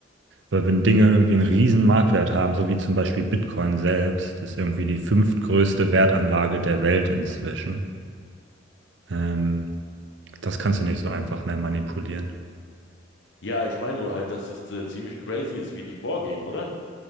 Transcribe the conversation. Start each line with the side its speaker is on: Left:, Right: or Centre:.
Right: Aber wenn Dinge irgendwie einen riesen Marktwert haben, so wie zum Beispiel Bitcoin selbst, das ist irgendwie die fünftgrößte Wertanlage der Welt inzwischen, ähm, das kannst du nicht so einfach mehr manipulieren.
Left: Ja, ich meine nur halt, dass es äh, ziemlich crazy ist, wie die vorgehen, oder?